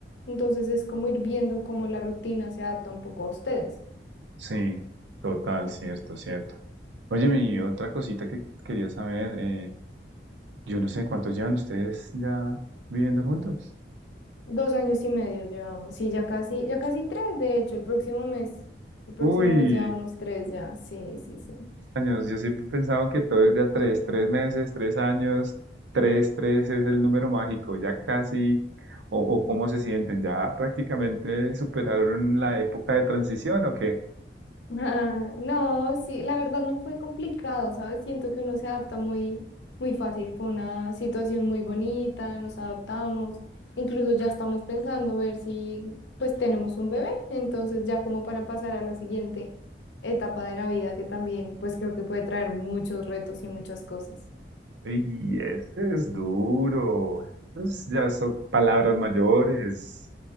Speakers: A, on the left; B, on the right.
A: Entonces es como ir viendo cómo la rutina se adapta un poco a ustedes.
B: Sí, total, cierto, cierto. Oye, mi otra cosita que quería saber, eh, yo no sé cuántos llevan ustedes ya viviendo juntos.
A: Dos años y medio llevamos, sí, ya casi, ya casi tres, de hecho, el próximo mes, el próximo
B: Uy,
A: mes llevamos tres ya, sí, sí, sí. <laughs>
B: años. Yo siempre he pensado que todo es de a tres, tres meses, tres años, tres, tres es el número mágico, ya casi, o, o cómo se sienten, ya prácticamente superaron la época de transición o qué.
A: Ah, No, sí, la verdad no fue complicado, ¿sabes? Siento que uno se adapta muy, muy fácil, fue una situación muy bonita, nos adaptamos, incluso ya estamos pensando ver si pues tenemos un bebé, entonces ya como para pasar a la siguiente etapa de la vida que también pues creo que puede traer muchos retos y muchas cosas.
B: Y eso es duro, esas ya son palabras mayores.